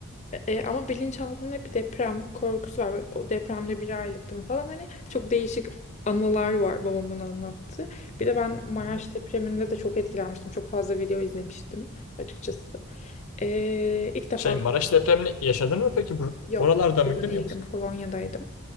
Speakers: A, on the left; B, on the left.
A: E, e, ama bilinçaltımda hep bir deprem korkusu var. Böyle O depremde bir aylıktım falan. Hani çok değişik anılar var babamın anlattığı Bir de ben Maraş
B: Hı hı.
A: depreminde de çok etkilenmiştim. Çok fazla video izlemiştim açıkçası. E, ilk defa
B: Şey
A: bu
B: Maraş
A: kadar.
B: depremini yaşadın mı peki? Bur-
A: Yok.
B: Oralarda mıydın
A: Burada değildim.
B: yoksa?
A: Polonya'daydım.